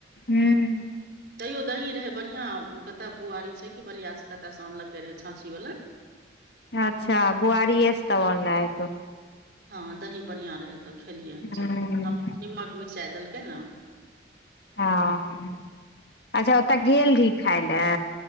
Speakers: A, on the left (about 55°); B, on the right (about 55°).
A: हूँ
B: तैयो दही रहे बढ़िया, कतय बुआरी छै, कि बलियाासॅ कतय से आनलकै रहे छाँछी वाला।
A: अच्छा बुआरियएसँ तब अनने हेतौ।
B: हँ दही बढ़िया रहै। तऽ खेलियै हमसब,
A: हूँ
B: नीमक मिरचाइ देलकै ने।
A: हँ अच्छा ओतऽ गेल रही खाइ लए।